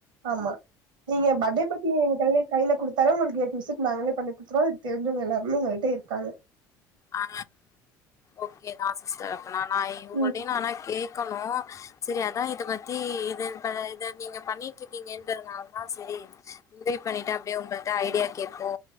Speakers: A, on the right; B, on the left.
A: ஆமா நீங்க பர்டே பார்ட்டி எங்க <unintelligible> லே கைல குடுத்தாலே உங்கள்க்கு ஏ டு ஜெட் நாங்ளே பண்ணி குடுத்துருவோ இது தெரிஞ்சவ்ங்க எல்லாருமே எங்ககிட்ட இருக்காங்க
B: ஆ ஓகேதா சிஸ்டர் அப்ப நா நா இவுங்கள்ட்டயு
A: ம்
B: நா ஆனா கேக்கணு செரி அதா இது பத்தி இது ப இத நீங்க பண்ணிட்ருக்கீங்கன்றதுனால தா செரி முடிவு பண்ணிட்டு அப்டியே உங்கள்ட்ட ஐடியா கேப்போ